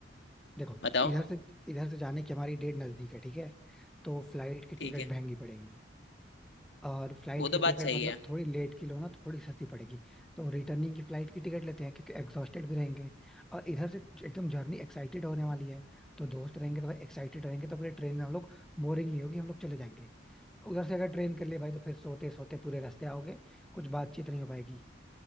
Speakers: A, in the centre; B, on the left.
A: देखो
B: बताओ
A: इधर से इधर से जाने की हमारी डेट नजदीक है ठीक है तो फ्लाइट की टिकट
B: ठीक है
A: महंगी पड़ेगी और फ्लाइट
B: वो तो
A: की
B: बात
A: टिकट
B: सही
A: मतलब
B: है
A: थोड़ी लेट की लो ना तो थोड़ी सस्ती पड़ेगी तो रिटर्निंग की फ्लाइट की टिकट लेते हैं क्योंकि एग्जॉस्टेड भी रहेंगे और इधर से एकदम जर्नी एक्साइटेड होने वाली है तो दोस्त रहेंगे तो भाई एक्साइटेड रहेंगे तो अपने ट्रेन में हम लोग बोरिंग नहीं होगी हम लोग चले जाएंगे उधर से अगर ट्रेन कर लिए भाई तो फिर सोते सोते पूरे रास्ते आओगे कुछ बातचीत नहीं हो पाएगी